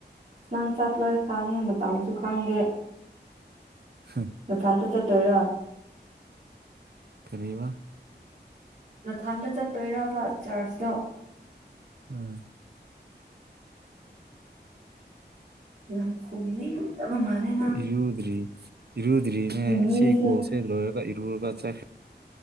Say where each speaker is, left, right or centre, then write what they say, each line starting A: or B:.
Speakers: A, on the right; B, on the right.
A: ꯑ ꯅꯪ ꯆꯠꯂꯣꯏ ꯈꯥꯡꯉꯦ ꯃꯇꯝꯁꯨ ꯈꯥꯡꯗꯦ
B: ꯍꯝ
A: ꯅꯊꯥꯟꯇ ꯆꯠꯇꯣꯏꯔꯣ
B: ꯀꯔꯤꯕ
A: ꯅꯊꯟꯗ ꯆꯠꯇꯣꯏꯔꯕ ꯆꯥꯔꯖꯇꯣ
B: ꯎꯝ
A: ꯌꯥꯝ ꯍꯨꯝꯅꯤꯡ ꯃꯥꯜꯂꯦ ꯅꯪ
B: ꯏꯔꯨꯗ꯭ꯔꯤ ꯏꯔꯨꯗ꯭ꯔꯤꯅꯦ
A: ꯃꯤꯁꯦ
B: ꯁꯤ ꯀꯣꯛꯁꯦ ꯂꯣꯏꯔꯒ ꯏꯔꯨꯔꯒ ꯆꯠ